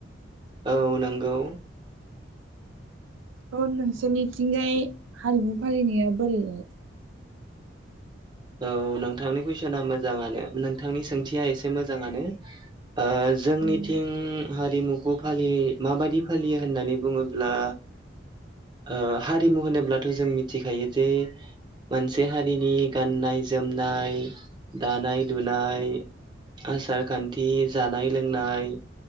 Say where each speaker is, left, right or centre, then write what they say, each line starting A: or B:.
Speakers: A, on the right (about 25°); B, on the right (about 80°).
A: औ नंगौ।
B: औ थ' नोंसोरनिथिंजाय हारिमु फालिनाया बोरैहाय?
A: औ नोंथांनि कुइसना मोजाङानो नोंथांनि सोंथिया एसे मोजाङानो। ओ जोंनिथिं
B: औ
A: हारिमुखौ फालियो माबायदि फालियो होननानै बुङोब्ला ओ हारिमु होनोब्लाथ' जों मिथिखायो जे मोनसे हारिनि गाननाय जोमनाय दानाय लुनाय आसार खानथि जानाय लोंनाय